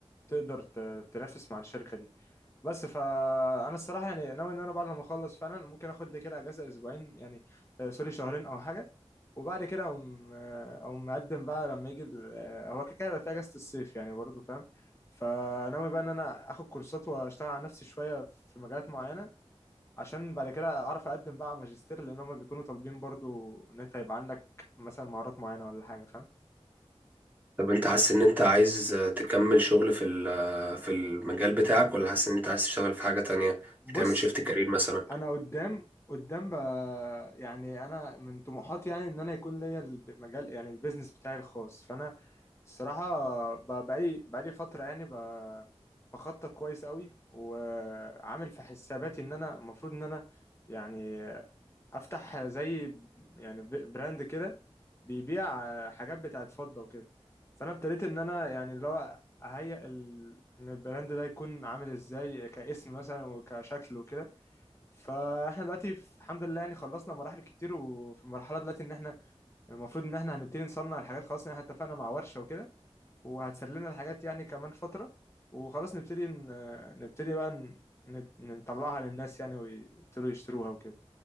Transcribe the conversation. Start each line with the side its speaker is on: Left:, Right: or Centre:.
Left: تقدر ت- تنافس مع الشركة دي بس فانا الصراحه يعني ناوي ان انا بعد ما اخلص فعلا ممكن اخد لي كده اجازه اسبوعين يعني آه، سوري شهرين او حاجه وبعد كده اقوم آه، اقوم مقدم بقى لما يجي ال- آه، هو كده كده هيبقى في اجازه الصيف يعني برضه فاهم فناوي بقى ان انا اخد كورسات واشتغل على نفسي شويه في مجالات معينه عشان بعد كده اعرف اقدم بقى على ماجستير لان هم بيكونوا طالبين برضه ان انت يبقى عندك مثلا مهارات معينه ولا حاجه فاهم
Right: طب انت حاسس ان انت عايز آه، تكمل شغل في ال- آه، في المجال بتاعك ولا حاسس ان انت عايز تشتغل في حاجه تانية
Left: بص
Right: تعمل شيفت كارير مثلا
Left: انا قدام قدام بقى يعني انا من طموحاتي يعني ان انا يكون ليا المجال يعني البيزنس بتاعي الخاص فانا الصراحه ب- بقالي بقالي فتره يعني ب- بخطط كويس قوي وعامل في حساباتي ان انا المفروض ان انا يعني افتح زي يعني ب- براند كده بيبيع حاجات بتاعت فضه وكده فانا ابتديت ان انا يعني اللي هو اهيئ ال- ان البراند ده يكون عامل ازاي كاسم مثلا وكشكل وكده فاحنا دلوقتي في- الحمد لله يعني خلصنا مراحل كتير وفي مرحله دلوقتي ان احنا المفروض ان احنا هنبتدي نصنع الحاجات خلاص ان احنا اتفقنا مع ورشه وكده وهتسلمنا الحاجات يعني كمان فتره وخلاص نبتدي ن... نبتدي بقى ن... ن- نطلعها للناس يعني ويبتدوا يشتروها وكده